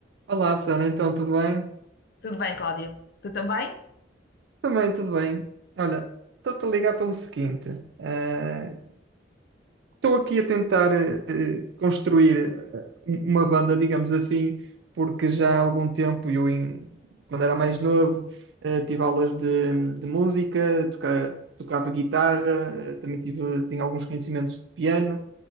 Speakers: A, on the right (about 70°); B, on the left (about 60°).
A: Olá, Susana, então tudo bem?
B: Tudo bem, Cláudia? Tu também?
A: Também tudo bem. Olha, estou-te a ligar pelo seguinte: eh, estou aqui a tentar eh, eh, construir eh, um- uma banda, digamos assim, porque já há algum tempo, eu em- quando era mais novo, eh, tive aulas de, de música, toca- tocava guitarra, eh, também tive, tinha alguns conhecimentos de piano